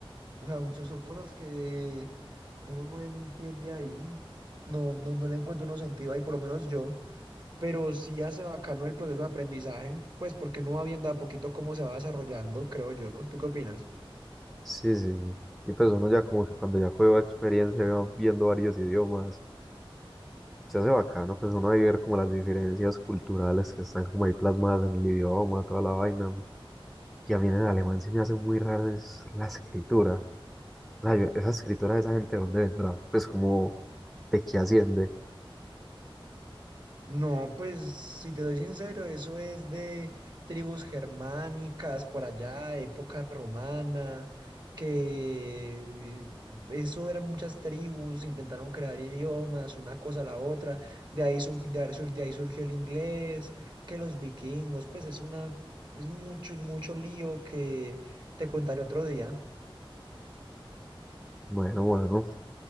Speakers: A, on the right; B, in the centre.
A: o sea, son, son cosas que uno no entiende ahí. No, no, no le encuentro uno sentido ahí, por lo menos yo. Pero sí hace bacano el proceso de aprendizaje, pues porque uno va viendo de a poquito cómo se va desarrollando, creo yo. ¿Tú qué opinas?
B: Sí, sí. Y pues uno ya como que cuando ya cogió experiencia va viendo varios idiomas, se hace bacano, pues uno va a ver como las diferencias culturales que están como ahí plasmadas en el idioma, toda la vaina. Y a mí en el alemán se me hace muy raro es la escritura. O sea, yo- esa escritura de esa gente, ¿de ¿dónde vendrá? Pues como, ¿de qué asciende?
A: No, pues si te soy sincero, eso es de tribus germánicas por allá, época romana, que eso eran muchas tribus, intentaron crear idiomas, una cosa a la otra, de ahí, surg- de ahí sur- de ahí surgió el inglés, que los vikingos, pues es una, es mucho, mucho lío que te contaré otro día.
B: Bueno, bueno,